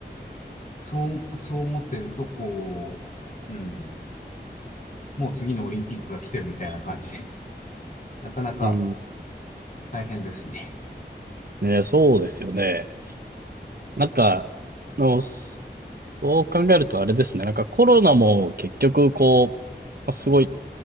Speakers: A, on the left; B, on the right.
A: そう、そう思ってると、こう、うん、もう次のオリンピックが来てるみたいな感じで、<laughs> なかなか
B: うん、
A: 大変ですね。
B: ね、そうですよね。なんか、の、そう考えるとあれですね。なんかコロナも結局こう、まあすごい、